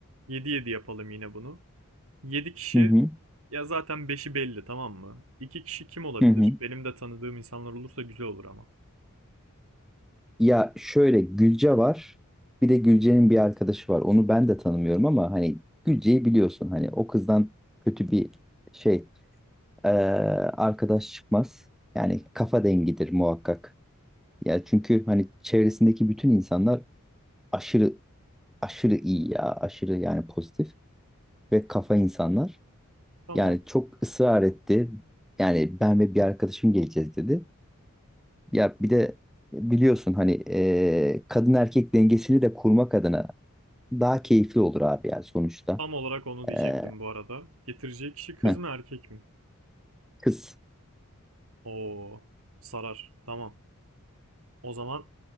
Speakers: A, on the right; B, in the centre.
A: 7-7 yapalım yine bunu. 7 kişi
B: hı hı,
A: ya zaten beşi belli tamam mı? 2 kişi kim olabilir?
B: hı hı.
A: Benim de tanıdığım insanlar olursa güzel olur ama.
B: Ya şöyle Gülce var. Bir de Gülce'nin bir arkadaşı var. Onu ben de tanımıyorum ama hani Gülce'yi biliyorsun. Hani o kızdan kötü bir şey eee, arkadaş çıkmaz. Yani kafa dengidir muhakkak. Ya çünkü hani çevresindeki bütün insanlar aşırı aşırı iyi ya. Aşırı yani pozitif ve kafa insanlar.
A: Tamam.
B: Yani çok ısrar etti. Yani ben ve bir arkadaşım geleceğiz dedi. Ya bir de biliyorsun hani e, kadın erkek dengesini de kurmak adına daha keyifli olur abi yani sonuçta.
A: Tam olarak onu diyecektim
B: E,
A: bu arada. Getireceği kişi kız
B: heh,
A: mı erkek mi?
B: kız
A: Oo, sarar. Tamam. O zaman